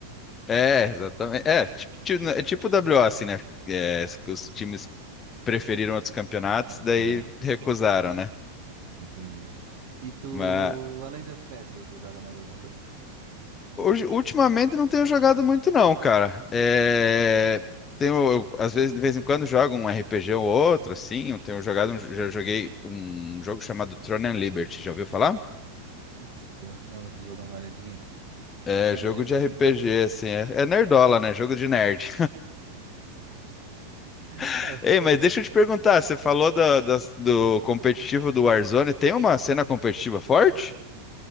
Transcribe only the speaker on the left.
É, exatamente. É, tipo, ti- né, é tipo WO, assim, né? É, os times preferiram outros campeonatos,
daí
recusaram, né?
Mas
hoje, ultimamente não tenho jogado muito, não, cara. É, tenho, eu, às vezes, de vez em quando, jogo um RPG ou outro, assim. Eu tenho jogado, um- já joguei um jogo chamado Throne and Liberty, já ouviu falar?
É,
jogo
de
RPG,
assim, é, é nerdola, né? Jogo de nerd.
<laughs> Ei, mas deixa eu te perguntar, você falou da- das- do, competitivo do Warzone, tem uma cena competitiva forte?